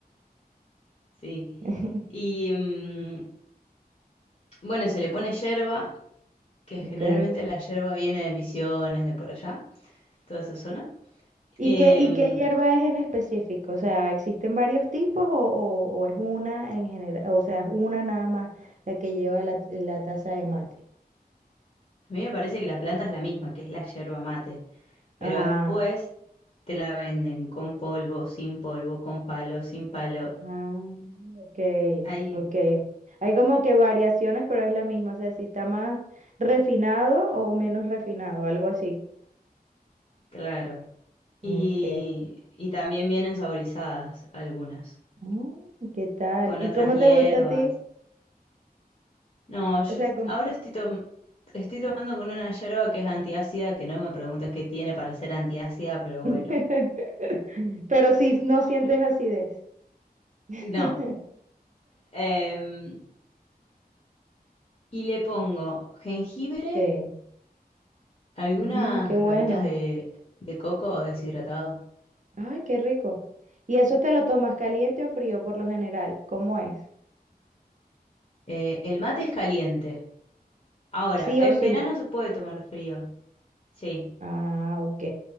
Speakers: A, on the left; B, on the right.
A: sí.
B: <laughs>
A: Y mm, bueno, se le pone yerba, que
B: Ok.
A: generalmente la yerba viene de Misiones, de por allá. toda esa zona.
B: ¿Y
A: Eh,
B: qué, y qué hierba es en específico? O sea, ¿existen varios tipos o, o- o es una en general? O sea, es una nada más la que lleva la, la taza de mate.
A: a mí me parece que la planta es la misma, que es la yerba mate, pero
B: Ah,
A: después te la venden con polvo, sin polvo, con palo, sin palo.
B: ah, Ok,
A: Ahí,
B: ok. Hay como que variaciones, pero es la misma. O sea, si está más refinado o menos refinado, algo así.
A: claro.
B: Ok.
A: Y, y también vienen saborizadas algunas,
B: Mm, ¿Qué tal?
A: con
B: ¿Y
A: otras
B: cómo
A: hierbas.
B: te gusta a ti?
A: No, yo
B: O sea,
A: est- ahora estoy, tom- estoy tomando con una yerba que es antiácida, que no me preguntes qué tiene para ser antiácida, pero
B: <laughs>
A: bueno.
B: Pero si no sientes
A: Yo-
B: acidez. <laughs>
A: No. Em, y le pongo jengibre
B: Ok.
A: Algunas
B: Mm, qué bueno.
A: ramitas de, de coco o deshidratado.
B: Ay, qué rico. ¿Y eso te lo tomas caliente o frío por lo general? ¿Cómo es?
A: Eh, el mate es caliente. Ahora,
B: Sí
A: en
B: o sí.
A: verano se puede tomar frío. Sí,
B: Ah, ok.